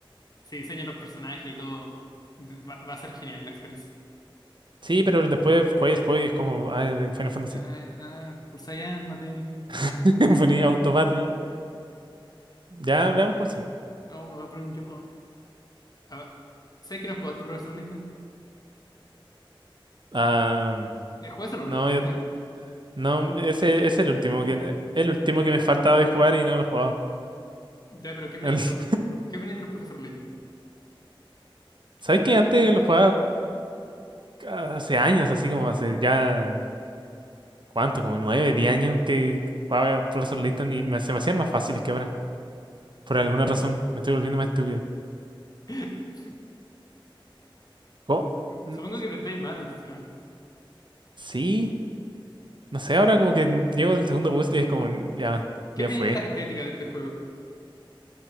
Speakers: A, on the left; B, on the right.
A: Si diseña los personajes y todo, va, va a ser genial la experiencia.
B: sí, pero después jugué el juego y es como ah, en Final Fantasy.
A: Ay, ah, pulsa ya, matar enemigo.
B: <laughs> Poní Auto Battle. Ya veamos cuál sigue.
A: No, me voy a poner un yo. oh. Ah, ¿Sabes que no jugaste, profesor Layton?
B: Ah,
A: De jugárselo los
B: no,
A: de
B: yo,
A: DSN.
B: no, ese ese es el último que el último que me faltaba de jugar y no lo he jugado.
A: Ya, pero ¿qué opináis
B: El-
A: de los, qué opináis de los profesor Layton?
B: ¿Sabes que antes lo jugaba ca- hace años, así como hace ya, ¿cuánto? Como nueve, diez años que jugaba Professor Layton y me- se me hacían más fáciles que ahora. Por alguna razón, me estoy volviendo más estúpido.
A: <laughs>
B: ¿Cómo? N-
A: Supongo que prestáis más atención.
B: Sí, no sé, ahora como que llevo el segundo puzzle y es como, ya,
A: ¿Qué
B: ya
A: opináis
B: fue.
A: de la estética de este juego?